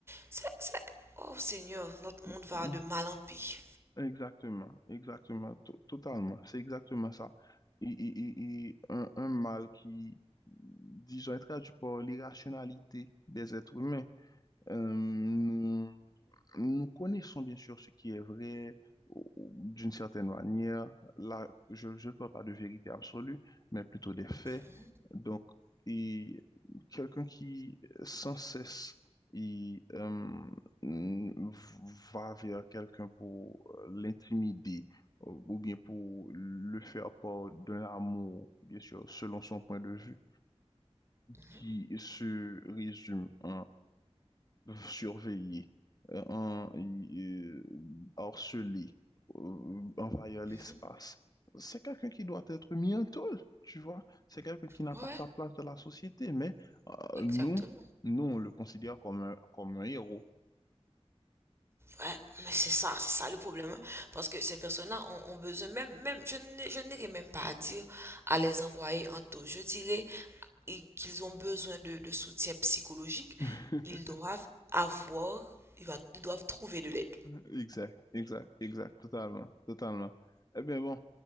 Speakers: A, on the right; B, on the left.
A: C'est, c'est... Oh Seigneur, notre monde
B: mhm.
A: va de mal en pis.
B: Exactement, exactement, to- totalement. C'est exactement ça. Et, et- et- et un, un mal qui, disons, est traduit par l'irrationalité des êtres humains. Euh, nous connaissons bien sûr ce qui est vrai ou- ou d'une certaine manière. Là, je, je ne parle pas de vérité absolue, mais plutôt des faits.
A: Mhm,
B: Donc, et quelqu'un qui sans cesse il, euh, mm, va vers quelqu'un pour euh, l'intimider euh, ou bien pour le faire part d'un amour, bien sûr, selon son point de vue,
A: mhm,
B: qui se résume euh, surveiller, euh, en- euh, harceler, euh, envahir l'espace.
A: mhm.
B: C'est quelqu'un qui doit être mis en taule, tu vois. C'est quelqu'un qui n'a
A: Ouais,
B: pas sa place dans la société, mais euh,
A: exactement.
B: nous, nous, on le considère comme un, comme un héros.
A: Ouais, mais c'est ça, c'est ça le problème. hein. Parce que ces personnes-là ont, ont besoin, même, même, je n'ai- je n'irai même pas à dire à les envoyer en taux. Je dirais i- qu'ils ont besoin de, de soutien psychologique.
B: <laughs>
A: Ils doivent avoir, ils va- ils doivent trouver de l'aide.
B: Exact, exact, exact, totalement, totalement. Eh bien bon,